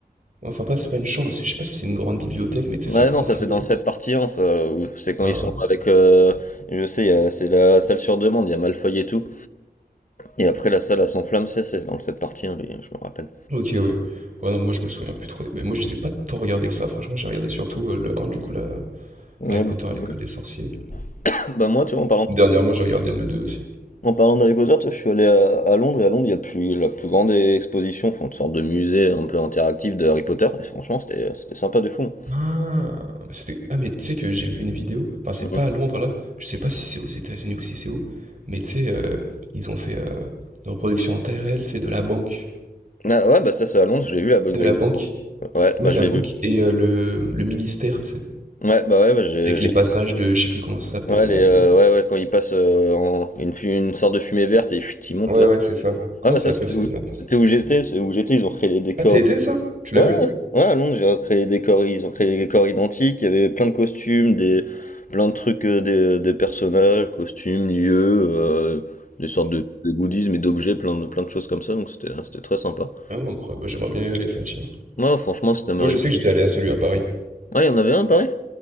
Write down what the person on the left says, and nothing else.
Ouais
non, ça
c'est dans le set partie 1, ça, où c'est quand
ils sont avec, euh, je sais, il y a- c'est la salle sur demande, il y a Malfoy et tout, et après la salle à s'enflamme, c'est c'est dans le set partie 1, lui, je me rappelle.
Ouais,
beaucoup
de-
<laughs> bah moi tu vois,
En parlant d'Harry Potter, tu vois, je suis allé à, à Londres et à Londres, il y a plus, la plus grande exposition, enfin, une sorte de musée un peu interactif de Harry Potter. Et franchement, c'était c'était sympa de fou.
Mhm.
Ah, ouais, bah ça, c'est à Londres, je l'ai vu, la bonne
Green
Party. Ouais,
bah
je l'ai
vu.
Ouais, bah ouais, bah, j'ai,
j'ai-
Ouais, les,
euh,
ouais, ouais, quand ils passent euh, en une, fu- une sorte de fumée verte et chut, ils montent
là.
Ah bah
ça,
c'était
où,
c'était
où
j'étais,
c'est où j'étais, ils ont créé les décors
Ouais,
ouais, ouais, à Londres, j'ai créé des corps, ils ont créé des corps identiques, il y avait plein de costumes, des, plein de trucs, euh, des, des personnages, costumes, lieux, euh, des sortes de, de goodies, mais d'objets, plein de, plein de choses comme ça, donc c'était, hein, c'était très sympa.
Ouais, franchement, c'était un mari.
Ouais, il y en avait un, à Paris?